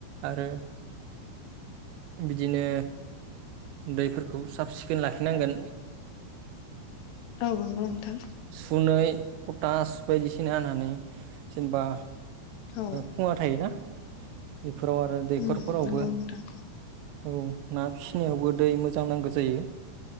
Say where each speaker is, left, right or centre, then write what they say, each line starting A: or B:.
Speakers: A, on the right; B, on the left.
A: आरो बिदिनो दैफोरखौ साब सिखोन लाखिनांगोन
B: औ नंगौ नोंथां
A: सुनै <unintelligible> बायदिसिना होनानै जेनेबा
B: औ
A: खुङा थायोना फोराव आरो दैखरफोरावबो
B: उम नंगौ नोंथां
A: औ ना फिसिनायावबो दै मोजां नांगौ जायो